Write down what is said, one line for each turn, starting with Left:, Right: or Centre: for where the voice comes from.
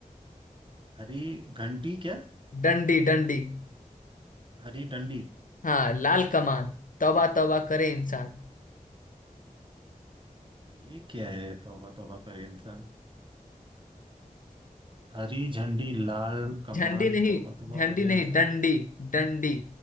Right: हरी घंटी क्या
Left: डंडी डंडी
Right: हरी डंडी
Left: हाँ लाल कमान तौबा तौबा करे इंसान
Right: ये क्या है तौबा तौबा करे इंसान हरी झंडी लाल कमान
Left: झंडी नहीं
Right: तौबा तौबा
Left: झंडी
Right: करे
Left: नहीं
Right: इंसान
Left: डंडी डंडी